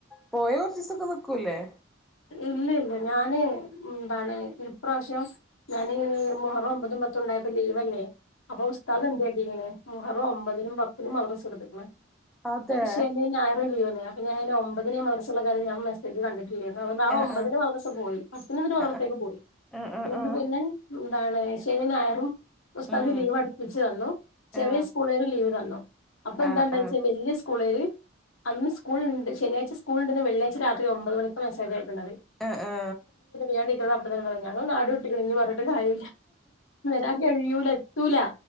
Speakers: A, in the centre; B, on the left.
A: പോയ കൊറച്ചിസൊക്കെ നിക്കൂല്ലേ?
B: ഇല്ലെയ് ഇല്ല ഞാന് ന്താണ് ഇപ്രാവശ്യം ഞാന് മുഹറം ഒമ്പത് പത്തും ഉണ്ടായപ്പം ലീവല്ലേ. അപ്പൊ ഉസ്താദ് എന്താട്ടിക്ക്ണ് മുഹറം ഒമ്പതിനും പത്തിനും മദ്രസ എടുത്തിക്ക്ണ്.
A: അതെ
B: ഓല് ശനിം, ഞായറും ലീവ് തന്നീനിം അപ്പം ഞാൻ ഒമ്പതിന് മദ്രസ്ള്ള കാര്യം ഞാൻ മെസേജ് കണ്ടിട്ടില്ലെ ആഹ്
A: ആ
B: ഒമ്പതിന്
A: ആ
B: മദ്രസ പോയി പത്തിന്ന് ഇന്നിട്ട് മദ്രസക്ക്
A: ആ
B: പോയി
A: ആ ആ
B: ഇന്നിട്ട്
A: ആ
B: പിന്നെ. ഇതാണ് ശനി ഞായറും. ഉസ്താദ്
A: ഉം
B: ലീവ് അടുപ്പിച്ചു തന്നു. ചെറിയ
A: ആ
B: സ്കൂൾ ആരും ലീവ് തന്നു അപ്പൊ എന്താ
A: ആ ആ
B: ണ്ടച്ചാ
A: ആ
B: വല്യ സ് സ്ക്കൂളാര് അന്ന് സ്ക്കൂള്ണ്ട് ശനിയാഴച്ച സ്കൂള്ണ്ട്ന്ന് വെള്ളിയാഴ്ച രാത്രി ഒമ്പത് മണിക്ക മെസേജ് അയ യക്ക്ണത്
A: ആ ആ
B: ഞാൻ ടീച്ചറോട് അപ്പത്തന്നെ പറഞ്ഞു, ഞങ്ങൾ നാടുവിട്ടുക്ക്ണ് ഇനി പറഞ്ഞിട്ട് കാര്യല്ല. ഒരാക്ക് കഴിയൂല എത്തൂല.